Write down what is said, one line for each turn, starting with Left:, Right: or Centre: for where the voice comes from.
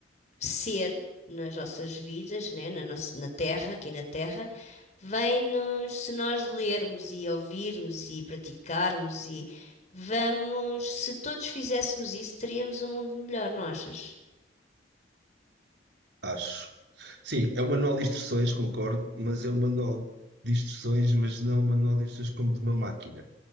Left: ser nas nossas vidas, né, na nossa, na terra, aqui na terra, vem-nos, se nós lermos e ouvirmos e praticarmos e vamos, se todos fizéssemos isso, teríamos um mundo melhor, não achas?
Right: acho. Sim, é um manual de instruções, concordo, mas é um manual de instruções, mas não um manual de instruções como de uma máquina.